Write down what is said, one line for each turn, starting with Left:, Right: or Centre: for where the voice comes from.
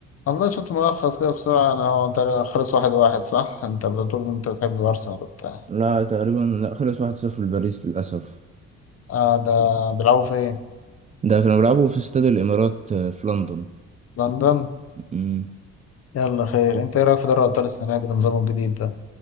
Left: والله شفت ملخص كده بسرعة انا هو تقريبا خلص واحد واحد صح؟ انت بتقول انت بتحب ارسنال وبتاع
Right: لا تقريبا لا خلص 1-0 لباريس للاسف
Left: اه ده بيلعبوا فين؟
Right: ده كانوا بيلعبوا في استاد الامارات آه، في لندن
Left: لندن؟
Right: أمم.
Left: يلا خير انت ايه رأيك في دوري ابطال السنة دي بنظامه الجديد ده؟